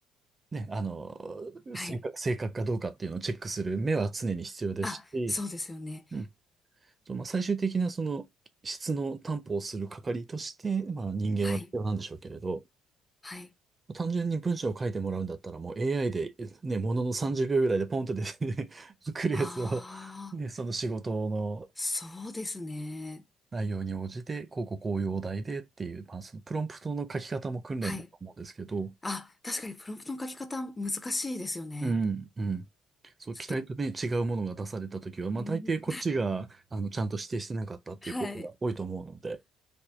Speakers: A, on the right; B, on the left.
A: ね、あの、
B: はい。
A: 正確、正確かどうかっていうのをチェックする目は常に必要ですし、
B: あ、そうですよね。
A: うん。そうまあ、最終的なその質の担保をする係として、まあ人間は必要なんでしょうけれど、
B: はい。はい。
A: 単純に文章を書いてもらうんだったら、もう AI で、ね、ものの30秒ぐらいでポンと出て、ね、<laughs> 来るやつを、
B: ああ、
A: ね、その仕事の
B: そうですね。
A: 内容に応じて、こうこうこういうお題でっていう、まあ、そのプロンプトの書き方も訓練だと思うんですけど、
B: はい。あ、確かにプロンプトの書き方難しいですよね。
A: うん、うん。そう、
B: ちょっと、
A: 期待とね、違うものが出されたときは、まあ、
B: うん
A: 大抵こっちが、あの、ちゃんと指定してなかったっていうことが多いと思うので、
B: はい。